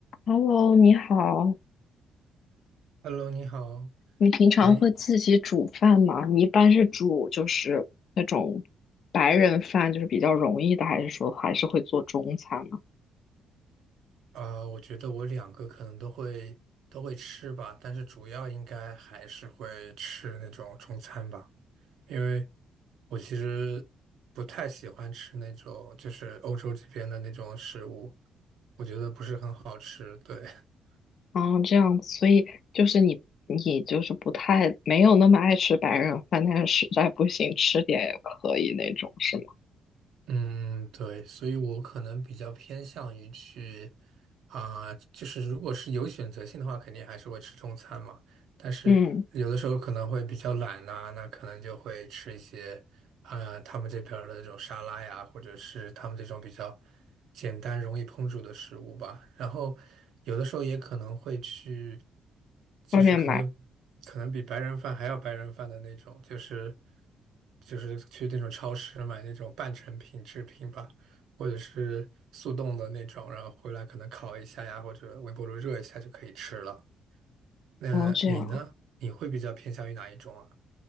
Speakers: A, on the left; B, on the right.
A: Hello，你好，
B: Hello，你好。
A: 你平常会自己煮饭吗？
B: 哎，
A: 你一般是煮就是那种白人饭，就是比较容易的，还是说还是会做中餐呢？
B: 啊、我觉得我两个可能都会都会吃吧，但是主要应该还是会吃那种中餐吧，因为我其实不太喜欢吃那种就是欧洲这边的那种食物，我觉得不是很好吃。对，<laughs>
A: 嗯，这样子，所以就是你你就是不太没有那么爱吃白人饭，但是实在不行吃点也可以那种，是吗？
B: 嗯，对，所以我可能比较偏向于去啊、就是如果是有选择性的话，肯定还是会吃中餐嘛。但是有的时候可能会比较懒呐、
A: 嗯，
B: 那可能就会吃一些。啊，他们这边儿的那种沙拉呀，或者是他们这种比较简单、容易烹煮的食物吧。然后有的时候也可能会去，就是可能
A: 外面买，
B: 可能比白人饭还要白人饭的那种，就是就是去那种超市买那种半成品制品吧，或者是速冻的那种，然后回来可能烤一下呀，或者微波炉热一下就可以吃了。那你呢？
A: 哦，这样，
B: 你会比较偏向于哪一种啊？